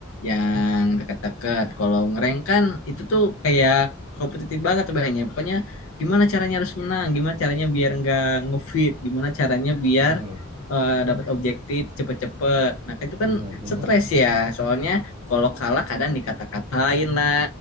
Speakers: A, on the left; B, on the right.
A: yang
B: Hmm,
A: deket-deket kalau ngerank kan itu tuh kayak kompetitif banget banyak pokoknya gimana caranya harus menang gimana caranya biar nggak nge-feed gimana caranya biar
B: bener
A: eh, dapat objektif cepet-cepet nah kan itu
B: bener
A: kan
B: bener
A: stres ya soalnya kalau kalah kadang dikata-katain lah